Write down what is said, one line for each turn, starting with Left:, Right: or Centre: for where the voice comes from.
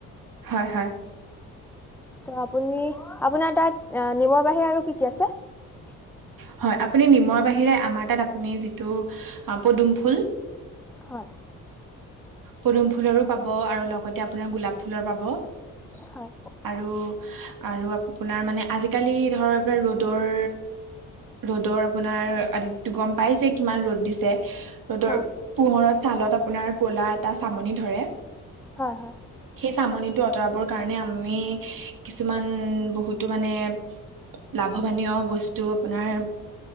Right: হয় হয়।
Centre: ত আপুনি আপোনাৰ তাত নিমৰ বাহিৰে আৰু কি কি আছে-
Right: হয় আপুনি নিমৰ বাহিৰে আমাৰ তাত আপুনি যিটো পদুম, ফুল-
Centre: হয়।
Right: পদুম ফুলৰো পাব আৰু লগতে আপোনাৰ গোলাপ ফুলৰ পাব।
Centre: হয়
Right: আৰু আৰু আপোনাৰ মানে আজিকালি ধৰ এই ৰ'দ- ৰ'দৰ ৰ'দৰ আপোনাৰ আদটো গম পাইছে কিমান ৰ'দ দিছে। ৰ'দৰ
Centre: হয়
Right: পোহৰত ছালত আপোনাৰ ক'লা এটা চামনি ধৰে
Centre: হয় হয়
Right: চামনিটো আঁতৰাবৰ কাৰণে আমি কিছুমান বহুতো মানে। লাভৱানীয় বস্তু আপোনাৰ-